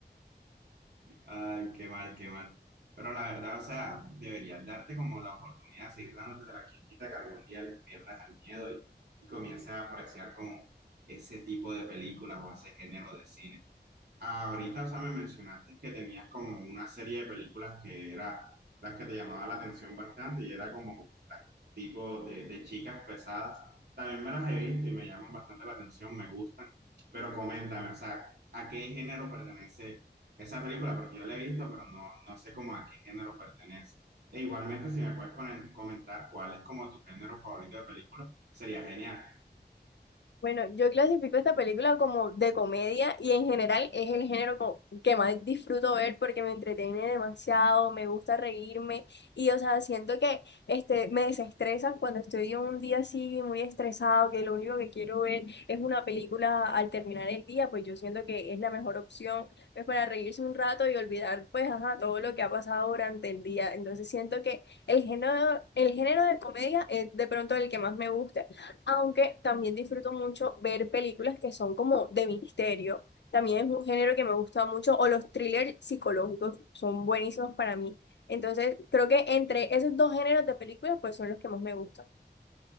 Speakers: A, on the right; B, on the left.
A: Ay, qué mal, qué mal. Pero la verdad, o sea, deberías darte como la oportunidad de seguir dándote la quita que algún día le pierdas el miedo y, y comiences a apreciar como ese tipo de películas o ese género de cine. Ahorita, o sea, me mencionaste que tenías como una serie de películas que era las que te llamaba la atención bastante y era como tipo de, de chicas pesadas. También me las he visto y me llaman bastante la atención, me gustan. Pero coméntame, o sea, ¿a qué género pertenece esa película? Porque yo la he visto, pero no, no sé cómo a qué género pertenece. E igualmente, si me puedes poner- comentar cuál es como tu género favorito de película, sería genial.
B: Bueno, yo clasifico esta película como de comedia y en general es el género co- que más disfruto ver porque me entretiene demasiado, me gusta reírme y o sea, siento que este, me desestresan cuando estoy en un día así muy estresado, que lo único que quiero ver es una película al terminar el día, pues yo siento que es la mejor opción, pues para reírse un rato y olvidar pues ajá, todo lo que ha pasado durante el día. Entonces siento que el género, el género de comedia es de pronto el que más me gusta aunque también disfruto mucho ver películas que son como de misterio. También es un género que me gusta mucho, o los thrillers psicológicos son buenísimos para mí. Entonces, creo que entre esos dos géneros de películas, pues son los que más me gustan.